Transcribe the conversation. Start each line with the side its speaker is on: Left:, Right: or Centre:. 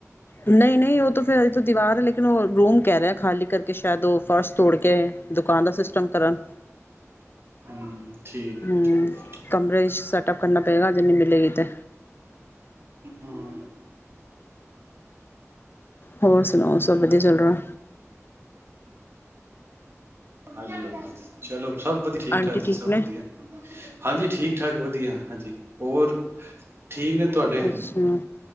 Left: ਨਹੀਂ ਨਹੀਂ ਉਹ ਤਾਂ ਫਿਰ ਦੀਵਾਰ ਹੈ ਲੇਕਿਨ ਉਹ ਰੂਮ ਕਹਿ ਰਿਹਾ ਹੈ ਖਾਲੀ ਕਰਕੇ ਸ਼ਾਇਦ ਉਹ ਫਾਸਟ ਤੋੜ ਕੇ ਦੁਕਾਨ ਦਾ ਸਿਸਟਮ ਕਰਨ
Right: ਹਮ ਠੀਕ ਹੈ ਜੀ
Left: ਹੂੰ
Right: ਠੀਕ
Left: ਕਮਰੇ 'ਚ ਸੈਟਅਪ ਕਰਨਾ ਪਏਗਾ ਜੇ ਨਹੀਂ ਮਿਲੇਗੀ ਤੇ
Right: ਹਾਂ <inaudible>
Left: ਹੋਰ ਸੁਣਾਓ ਸਭ ਵਧੀਆ ਚੱਲ ਰਿਹਾ
Right: ਹਾਂਜੀ ਹਾਂਜੀ ਚਲੋ ਸਭ ਵਧੀਆ ਠੀਕ
Left: ਆਂਟੀ
Right: ਠਾਕ ਜੀ ਸਭ
Left: ਨੇ
Right: ਵਧੀਆ ਹਾਂਜੀ ਠੀਕ ਠੀਕ ਠਾਕ ਵਧੀਆ ਹਾਂਜੀ ਹੋਰ ਠੀਕ ਨੇ ਤੁਹਾਡੇ
Left: ਅੱਛਾ